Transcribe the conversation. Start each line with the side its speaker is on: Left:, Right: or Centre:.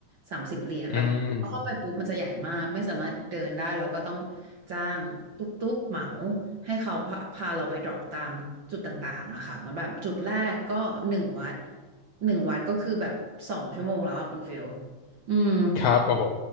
Right: สามสิบเหรียญแล้วก็เข้าไปปุ๊บมันจะใหญ่มากไม่สามารถเดินได้เราก็ต้อง
Left: อืม
Right: จ้างตุ๊กตุ๊กเหมาให้เขาพาพาเราไปดรอปตามจุดต่างๆอะค่ะเหมือนแบบจุดแรกก็หนึ่งวัดหนึ่งวัดก็คือแบบสองชั่วโมงแล้วอะคุณฟิลอืม
Left: ครับโอ้โห